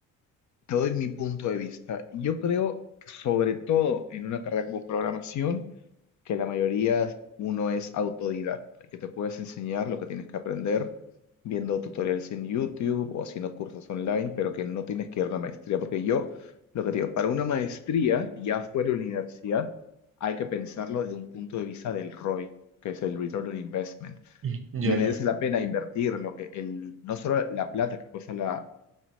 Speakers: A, on the left (about 50°); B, on the right (about 35°).
A: Te doy mi punto de vista. Yo creo que sobre todo en una carrera como programación, que la mayoría uno es autodidacta y que te puedes enseñar lo que tienes que aprender viendo tutoriales en YouTube o haciendo cursos online, pero que no tienes que ir a una maestría. Porque yo, lo que te digo, para una maestría, ya fuera de la universidad, hay que pensarlo desde un punto de vista del ROI, que es el Return on Investment.
B: Mm, Ya,
A: Me merece
B: ya,
A: la pena invertir lo que el, no solo la plata que cuesta la,